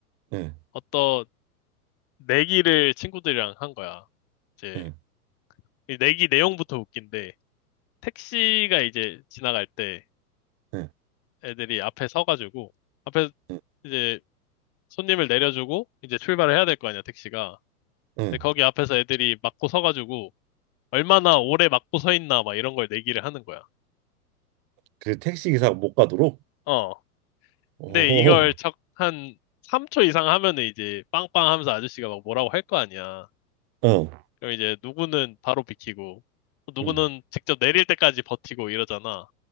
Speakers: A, on the right; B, on the left.
A: 응,
B: 어떤 내기를 친구들이랑 한 거야. 이제,
A: 응,
B: 이 내기 내용부터 웃긴데, 택시가 이제 지나갈 때
A: 응,
B: 애들이 앞에 서가지고, 앞에
A: 응,
B: 이제 손님을 내려주고, 이제 출발을 해야 될 거 아니야, 택시가.
A: 응.
B: 근데 거기 앞에서 애들이 막고 서가지고, 얼마나 오래 막고 서 있나, 막 이런 걸 내기를 하는 거야.
A: 그 택시 기사가 못 가도록.
B: 어.
A: 오,
B: 근데 이걸 적, 한 3초 이상 하면은 이제 빵빵 하면서 아저씨가 막 뭐라고 할 거 아니야.
A: 응,
B: 그럼 이제 누구는 바로 비키고, 또 누구는
A: 응,
B: 직접 내릴 때까지 버티고 이러잖아.